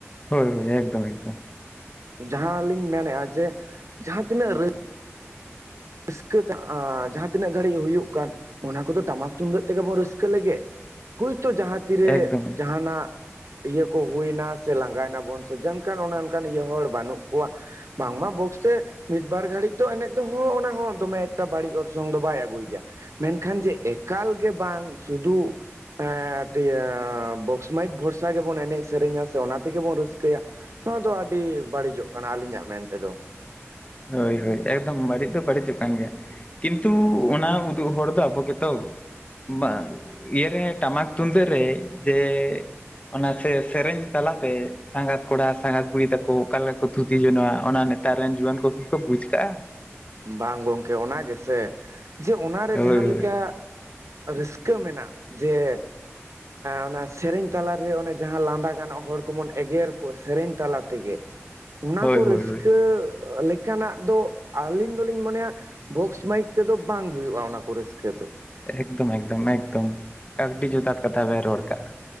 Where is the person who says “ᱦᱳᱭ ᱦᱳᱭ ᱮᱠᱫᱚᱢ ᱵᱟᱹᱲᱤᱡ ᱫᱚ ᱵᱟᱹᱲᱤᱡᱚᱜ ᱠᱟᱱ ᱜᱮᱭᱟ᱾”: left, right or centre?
Left